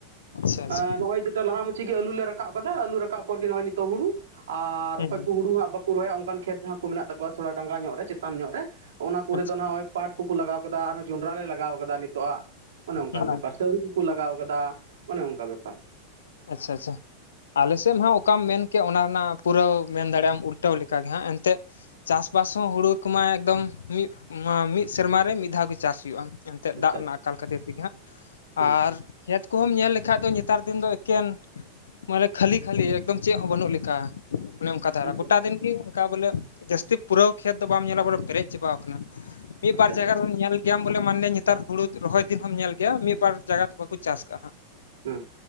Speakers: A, on the left (about 65°); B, on the right (about 65°).
A: ᱟᱪᱪᱷᱟ ᱟᱪᱪᱷᱟ
B: ᱮᱸᱻ ᱱᱚᱜ-ᱚᱭ ᱡᱮᱴᱟ ᱞᱟᱦᱟ ᱢᱩᱪᱷᱤ ᱜᱮ ᱟᱹᱞᱩ ᱞᱮ ᱨᱟᱠᱟᱵ ᱠᱟᱫᱟ ᱟᱹᱞᱩ ᱨᱟᱠᱟᱵ ᱯᱚᱨ ᱜᱮ ᱱᱚᱜ-ᱚᱭ ᱱᱤᱛᱚᱜ ᱦᱩᱲᱩ ᱟᱨ
A: ᱦᱩᱸ
B: ᱚᱠᱚᱭ
A: ᱦᱩᱸ
B: ᱠᱩ ᱦᱩᱲᱩ ᱦᱟᱸᱜ ᱵᱟᱠᱩ ᱨᱚᱦᱚᱭᱟ ᱚᱝᱠᱟᱱ ᱠᱷᱮᱛ ᱡᱟᱦᱟᱸ ᱠᱚ ᱢᱮᱱᱟᱜ ᱛᱟᱠᱚᱣᱟ ᱛᱷᱚᱲᱟ ᱰᱟᱸᱜᱟ ᱧᱚᱜ ᱨᱮ ᱪᱮᱛᱟᱱ ᱧᱚᱜ ᱨᱮ ᱚᱱᱟ ᱠᱩᱨᱮ
A: ᱟᱪᱪᱷᱟ
B: ᱫᱚ ᱱᱦᱟᱜ ᱚᱭ ᱯᱟᱴ ᱠᱚᱠᱩ ᱞᱟᱜᱟᱣ ᱠᱮᱫᱟ ᱟᱨᱦᱚᱸ ᱡᱚᱸᱰᱨᱟ ᱞᱮ ᱞᱟᱜᱟᱣ ᱠᱟᱫᱟ ᱱᱤᱛᱚ-ᱟᱜ ᱚᱱᱮ ᱚᱝᱠᱟᱱ
A: ᱦᱩᱸ ᱦᱩᱸ,
B: ᱵᱮᱯᱟᱨ ᱥᱟᱹᱤᱨᱜᱤ ᱠᱩ ᱞᱟᱜᱟᱣ ᱠᱟᱫᱟ ᱚᱱᱮ ᱚᱝᱠᱟ ᱵᱮᱯᱟᱨ᱾
A: ᱟᱪᱪᱷᱟ ᱪᱷᱟ ᱟᱞᱮ ᱥᱮᱱ ᱦᱚᱸ ᱚᱠᱟᱢ ᱢᱮᱱ ᱠᱮᱜ ᱚᱱᱟ ᱨᱮᱱᱟᱜ ᱯᱩᱨᱟᱹᱣ ᱢᱮᱱ ᱫᱟᱲᱮᱜ-ᱟᱢ ᱩᱞᱴᱟᱹᱣ ᱞᱮᱠᱟᱜᱮ ᱦᱟᱸᱜ ᱮᱱᱛᱮᱜ ᱪᱟᱥᱵᱟᱥ ᱦᱚᱸ ᱦᱩᱲᱩ ᱠᱚᱢᱟ ᱮᱠᱫᱚᱢ ᱢᱤᱜ ᱢᱤᱜ ᱥᱮᱨᱢᱟ ᱨᱮ ᱢᱤᱫ ᱫᱷᱟᱣ ᱜᱮ ᱪᱟᱥ ᱦᱩᱭᱩᱜ-ᱟ᱾ ᱛᱮᱫ
B: ᱟᱪᱪᱷᱟ
A: ᱫᱟᱜ ᱨᱮᱱᱟᱜ
B: ᱟᱪᱪᱷᱟ
A: ᱟᱠᱟᱞ ᱠᱷᱟᱹᱛᱤᱨ ᱛᱮᱜᱮ ᱦᱟᱸᱜ
B: ᱦᱮᱸ
A: ᱟᱨ ᱠᱷᱮᱛ ᱠᱚᱦᱚᱸᱢ ᱧᱮᱞ ᱞᱮᱠᱷᱟᱡ ᱫᱚ ᱱᱮᱛᱟᱨ ᱫᱤᱱ ᱫᱚ ᱮᱠᱮᱱ ᱢᱟᱱᱮ ᱠᱷᱟᱹᱞᱤ ᱠᱷᱟᱹᱞᱤ ᱮᱠᱫᱚᱢ ᱪᱮᱜ ᱦᱚᱸ ᱵᱟᱹᱱᱩᱜ ᱞᱮᱠᱟ᱾ ᱚᱱᱮ ᱚᱝᱠᱟ ᱫᱷᱟᱨᱟ
B: ᱟᱪᱪᱷᱟ
A: ᱜᱚᱴᱟ ᱫᱤᱱᱜ ᱜᱮ ᱚᱝᱠᱟ ᱵᱚᱞᱮ ᱡᱟᱹᱥᱛᱤ ᱯᱩᱨᱟᱹᱣ ᱠᱷᱮᱛ ᱫᱚ ᱵᱟᱢ ᱧᱮᱞᱟ ᱵᱚᱞᱮ ᱯᱮᱨᱮᱡ ᱪᱟᱵᱟᱣ ᱠᱟᱱᱟ᱾ ᱢᱤᱜ
B: ᱟᱪᱪᱷᱟ
A: ᱯᱟᱨ ᱡᱟᱭᱜᱟ ᱨᱮᱫᱚᱢ ᱧᱮᱞ ᱠᱮᱭᱟᱢ ᱵᱚᱞᱮ ᱢᱟᱱᱞᱮ ᱱᱮᱛᱟᱨ ᱦᱩᱲᱩ ᱨᱚᱦᱚᱭ ᱫᱤᱱ ᱦᱚᱢ ᱧᱮᱞ ᱜᱮᱭᱟ ᱢᱤᱫ ᱵᱟᱨ ᱡᱟᱭᱜᱟ ᱫᱚ ᱵᱟᱠᱩ ᱪᱟᱥ ᱠᱟᱜ-ᱥ ᱦᱟᱸᱜ᱾
B: ᱦᱩᱸ